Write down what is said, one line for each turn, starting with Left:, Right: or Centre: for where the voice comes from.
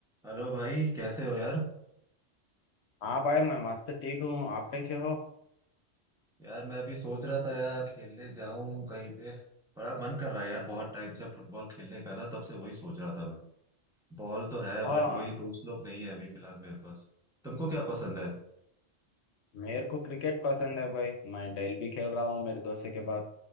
Centre: Hello भाई कैसे हो यार
Left: हाँ भाई मैं मस्त ठीक हूँ आप कैसे हो
Centre: यार मैं अभी सोच रहा था यार खेलने जाऊं कहीं पे बड़ा मन कर रहा है यार बहुत टाइम से फुटबॉल खेलने का ना तब से वही सोच रहा था मैं बॉल तो है
Left: हाँ
Centre: बट वही दोस्त लोग नहीं है अभी फिलहाल मेरे पास तुमको क्या पसंद है
Left: मेरे को क्रिकेट पसंद है भाई मैं डेली भी खेल रहा हूँ मेरे दोस्त के बाद